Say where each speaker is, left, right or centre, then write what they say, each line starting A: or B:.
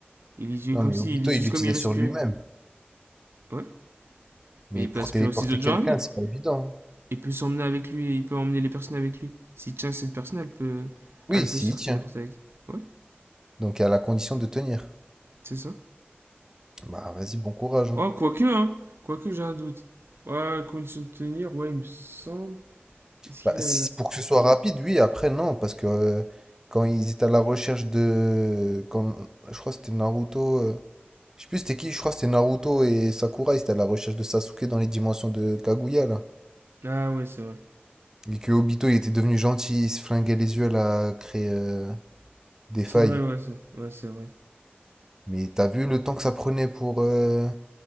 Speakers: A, on the right; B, on the right.
A: Il l'utilisait
B: Non,
A: comme
B: mais
A: si,
B: Obito,
A: il l'utilise
B: il l'utilisait
A: comme il respirait.
B: sur lui-même.
A: Ouais,
B: Mais
A: mais il
B: pour
A: peut aspirer
B: téléporter
A: aussi d'autres
B: quelqu'un,
A: gens avec.
B: c'est pas évident.
A: il peut s'emmener avec lui et il peut emmener les personnes avec lui. S'il tient cette personne, elle peut,
B: Oui,
A: elle peut
B: s'il
A: se faire
B: tient.
A: téléporter avec. Ouais,
B: Donc à la condition de tenir.
A: c'est ça.
B: Bah vas-y, bon courage. hein.
A: Oh, quoique, hein. Quoique, j'ai un doute. Ouais, condition de tenir, ouais, il me semble. Est-ce
B: Bah,
A: qu'il
B: si-
A: a.
B: pour que ce soit rapide, oui, après non, parce que euh, quand ils étaient à la recherche de. Quand, je crois que c'était Naruto. euh, Je sais plus c'était qui, je crois que c'était Naruto et Sakura, ils étaient à la recherche de Sasuke dans les dimensions de Kaguya là.
A: Ah, ouais, c'est vrai.
B: Et que Obito il était devenu gentil, il se flinguait les yeux là, à créer euh, des
A: C'est
B: failles.
A: vrai, ouais, c'est ouais, c'est vrai.
B: Mais t'as vu le temps que ça prenait pour, euh,